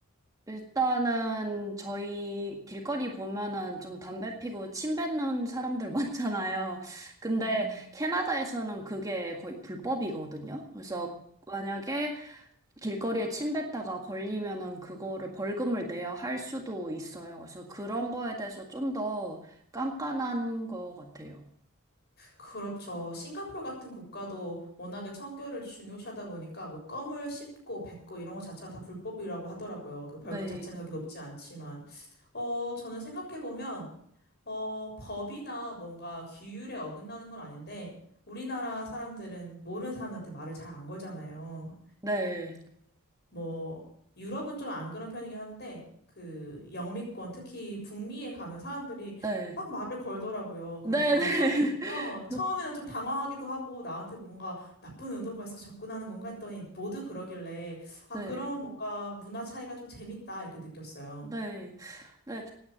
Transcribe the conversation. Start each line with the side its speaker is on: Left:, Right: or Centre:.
Right: 일단은 저희 길거리 보면은 좀 담배 피고 침 뱉는 사람들 <laughs> 많잖아요. 근데
Left: 음.
Right: 캐나다에서는 그게 거의 불법이거든요. 그래서 만약에 길거리에 침 뱉다가 걸리면은 그거를 벌금을 내야 할 수도 있어요. 그래서 그런 거에 대해서 좀 더 깐깐한 것 같아요.
Left: 그렇죠. 싱가포르 같은 국가도 워낙에 청결을 중요시하다 보니까 뭐 껌을 씹고 뱉고 이런 거 자체가 다 불법이라고 하더라고요. 그 벌금
Right: 네,
Left: 자체는 그렇게 높지 않지만. 어, 저는 생각해보면, 어, 법이나 뭔가 규율에 어긋나는 건 아닌데, 우리나라 사람들은 모르는 사람한테 말을 잘 안 거잖아요.
Right: 네,
Left: 뭐, 유럽은 좀 안 그런 편이긴 한데, 그, 영미권, 특히 북미에 가면 사람들이
Right: 네,
Left: 막 말을 걸더라고요.
Right: 네,
Left: 그래서 저는
Right: 네,
Left: 처음,
Right: <laughs>
Left: 어, 처음에는 좀 당황하기도 하고, 나한테 뭔가 나쁜 의도가 있어 접근하는 건가 했더니, 모두 그러길래, 아,
Right: 네,
Left: 그런 뭔가 문화 차이가 좀 재밌다, 이렇게 느꼈어요.
Right: 네. 네.